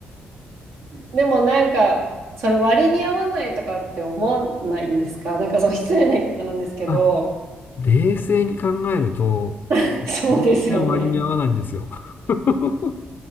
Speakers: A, on the right; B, on the left.
A: でもなんか、それ割に合わないとかって思わないんですかなんかその失礼な言い方なんですけど、
B: あ、冷静に考えると、
A: <laughs> そうですよね。
B: 全然割に合わないんですよ。<laughs>